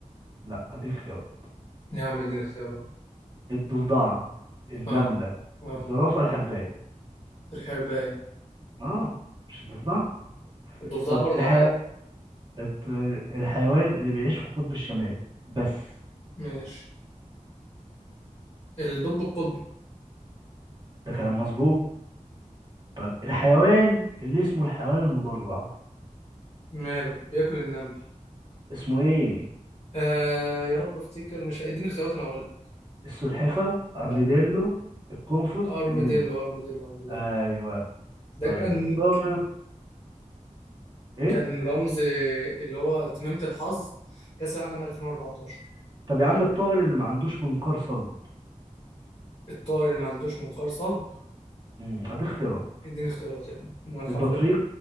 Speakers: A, on the right (about 35°); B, on the left (about 35°).
A: لا أديك اختيارات
B: يا عم اديني اختيارات
A: الضفدعة النملة
B: اه اه
A: الزرافة الحرباية
B: الحرباية
A: آه مش الضفدعة
B: والضفدع
A: طب
B: برضه
A: الحي...
B: عادي
A: الد- الحيوان اللي بيعيش في القطب الشمالي بس
B: ماشي الدب القطبي
A: ده كلام مظبوط طب الحيوان اللي اسمه الحيوان المدرع
B: ماله بياكل النمل
A: اسمه إيه؟
B: آه يا رب افتكر مش اديني اختيارات انا اقول
A: السلحفة أرميديلو
B: لا
A: القنفذ
B: ارميديلو
A: النمر
B: ارميديلو ارميديلو
A: أيوه
B: ده
A: طيب
B: كان
A: الطائر ايه
B: كان رمز اللي هو تميمة الحظ كأس العالم 2014
A: طب يا عم الطائر اللي ما عندوش منقار صلب
B: الطائر اللي ما عندوش منقار صلب
A: امم هدي اختيارات
B: اديني اختيارات يعني انا اخاف
A: البطريق
B: اقول